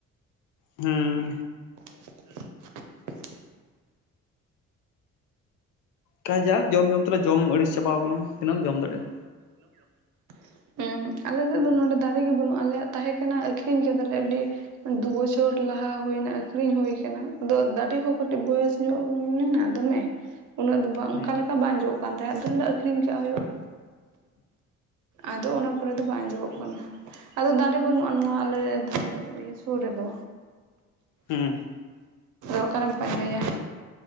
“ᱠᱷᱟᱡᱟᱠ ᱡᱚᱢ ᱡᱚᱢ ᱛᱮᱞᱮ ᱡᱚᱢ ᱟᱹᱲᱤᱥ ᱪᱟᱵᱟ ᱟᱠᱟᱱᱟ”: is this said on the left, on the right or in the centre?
Left